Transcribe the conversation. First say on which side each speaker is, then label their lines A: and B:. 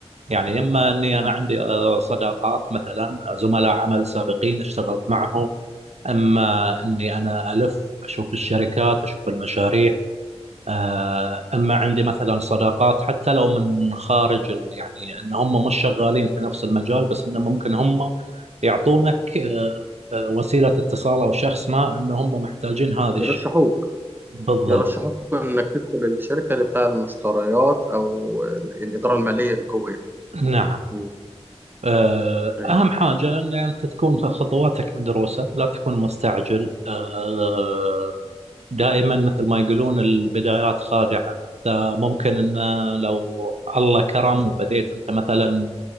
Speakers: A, on the right; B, on the right.
A: يعني إما أني
B: مم.
A: أنا عندي آه، صداقات مثلا زملاء عمل سابقين اشتغلت معهم أما أني أنا ألف أشوف الشركات أشوف المشاريع آه، أما عندي مثلا صداقات حتى لو من خارج ال- يعني أن هم مش شغالين في نفس المجال بس أنه ممكن هم يعطونك آه، آه، وسيلة اتصال أو شخص ما أن هم محتاجين هذا
B: يرشحوك
A: الشيء بالضبط
B: يرشحوك إنك تدخل الشركة اللي بتاع المشتريات أو ال- الإدارة المالية اللي جوه يعني.
A: نعم
B: مم.
A: آه،
B: أيوة.
A: أهم حاجة أن أنت تكون في خطواتك مدروسة لا تكون مستعجل آه، دائما مثل ما يقولون البدايات خادعة أنت ممكن أن لو الله كرم وبديت أنت مثلا